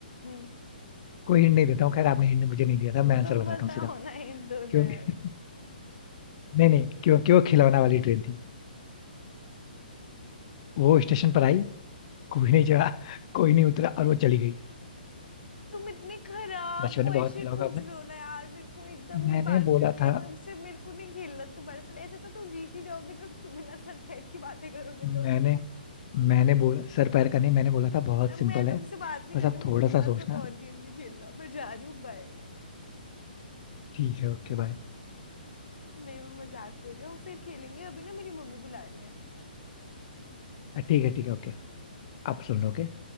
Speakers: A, on the left; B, on the left.
A: हम्म
B: कोई हिंट नहीं देता हूँ खैर आपने हिंट मुझे नहीं दिया था मैं आंसर
A: तुम
B: बताता
A: बताओ
B: हूँ सीधा
A: ना हिंट दो ना
B: क्योंकि
A: यार
B: नहीं नहीं क्योंकि वो खिलौना वाली ट्रेन थी वो स्टेशन पर आई कोई नहीं चढ़ा कोई नहीं उतरा और वो चली गई
A: तुम इतने खराब
B: बचपन
A: क्वेश्चन
B: में बहुत खेला होगा
A: पूछ
B: आपने
A: रहे हो ना यार मेरे को एकदम
B: मैंने
A: नहीं बात
B: बोला
A: करनी
B: था
A: है तुमसे मेरे को नहीं खेलना तुम्हारे साथ ऐसे तो तुम जीत ही जाओगे जब तुम बिना सर पैर की बातें करोगे तो
B: मैंने मैंने बोला सर पैर का नहीं मैंने बोला था बहुत
A: अब
B: सिंपल
A: मैं तुमसे
B: है
A: बात नहीं
B: बस
A: कर
B: आप
A: रही हूँ
B: थोड़ा
A: मुझे तुम्हारे
B: सा सोचना
A: साथ और गेम नहीं खेलना मैं जा रही हूँ बाय <laughs>
B: ठीक है ओके बाय
A: नहीं मैं मजाक कर रही हूँ हम फिर खेलेंगे अभी ना मेरी मम्मी बुला रही है
B: ठीक है ठीक है ओके आप सुन लो okay?